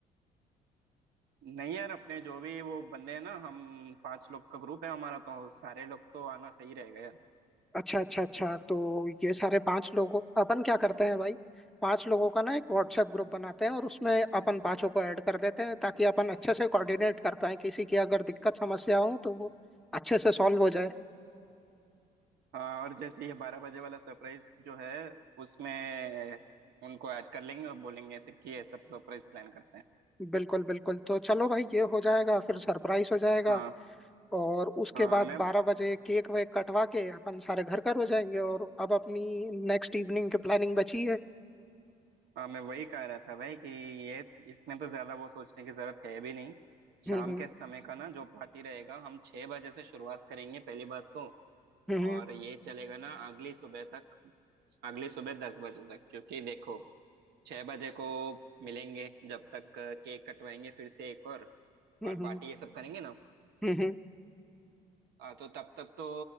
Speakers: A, on the right; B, in the centre.
A: नहीं यार अपने जो भी वो बंदे हैं ना हम पांच लोग का ग्रुप है हमारा तो सारे लोग तो आना सही रहेगा यार
B: अच्छा अच्छा अच्छा तो ये सारे पांच लोगों अपन क्या करते हैं भाई पांच लोगों का ना एक व्हाट्सएप ग्रुप बनाते हैं और उसमें अपन पांचों को ऐड कर देते हैं ताकि अपन अच्छे से कोऑर्डिनेट कर पाए किसी की अगर दिक्कत समस्या हो तो वो अच्छे से सॉल्व हो जाए
A: हाँ, और जैसे ये बारह बजे वाला सरप्राइज जो है उसमें उनको ऐड कर लेंगे और बोलेंगे ऐसे कि ये सब सरप्राइज प्लान करते हैं
B: बिल्कुल बिल्कुल तो चलो भाई ये हो जाएगा फिर सरप्राइज हो जाएगा
A: हाँ
B: और उसके
A: हाँ
B: बाद
A: मैं
B: बारह बजे केक वेक कटवा के अपन सारे घर घर हो जाएंगे और अब अपनी नेक्स्ट इवनिंग की प्लानिंग बची है
A: हाँ, मैं वही कह रहा था भाई कि ये इसमें तो ज्यादा वो सोचने की जरूरत है भी नहीं शाम
B: हम्म हम्म
A: के समय का ना जो पार्टी रहेगा हम छह बजे से शुरुआत करेंगे पहली बात तो
B: हम्म
A: और ये चलेगा ना अगली सुबह तक अगली सुबह दस बजे तक क्योंकि देखो छह बजे को मिलेंगे जब तक केक कटवाएंगे फिर से एक और
B: हम्म
A: और
B: हम्म
A: पार्टी ये सब करेंगे ना
B: हम्म, हम्म,
A: आ, तो तब तक तो